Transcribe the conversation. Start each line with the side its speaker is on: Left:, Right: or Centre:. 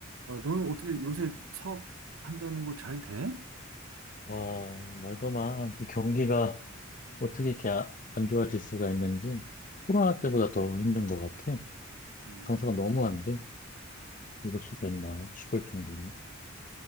Right: 아, 너는 어떻게 요새 사업한다는 거 잘 돼?
Left: 와, 말도 마. 이 경기가 어떻게 이렇게 아- 안 좋아질 수가 있는지 코로나 때보다 더 힘든 것 같아.
Right: 음,
Left: 장사가 너무 안 돼. 이럴 수가 있나 싶을 정도로.